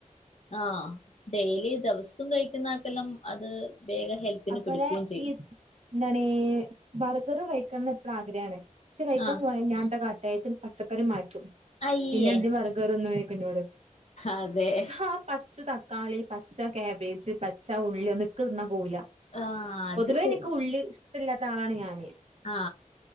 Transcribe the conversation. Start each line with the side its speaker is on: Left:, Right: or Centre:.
Left: ആഹ് ഡെയിലി ദെവസും കഴിക്കുന്നാക്കെല്ലം അത് വേഗം ഹെൽത്തിന്
Right: അപ്പലേ
Left: പിടിക്കുകയും ചെയ്യും
Right: ഈ എന്താണീ ബർഗറ് കഴിക്കണമെന്ന് എപ്പിഴും ആഗ്രഹമാണ് പക്ഷെ കഴിക്കാൻ
Left: ആഹ്
Right: പോയാ ഞാൻന്താ കാട്ടാ അയിത്തെണ്ട് പച്ചക്കറി മാ
Left: അയ്യേ
Right: പിന്നെ എന്ത് ബർഗറ്ന്നോയ്ക്കും ഇന്നോട്
Left: അതെ
Right: ആ പച്ച തക്കാളി പച്ച കാബേജ് പച്ച ഉള്ളി ഇനക്ക് തിന്നാ പോവൂല
Left: ആഹ് അത്
Right: പൊതുവേ എനിക്ക് ഉള്ളി ഇഷ്ട ഇല്ലാത്ത ആളാണ് ഞാന്.
Left: ആ.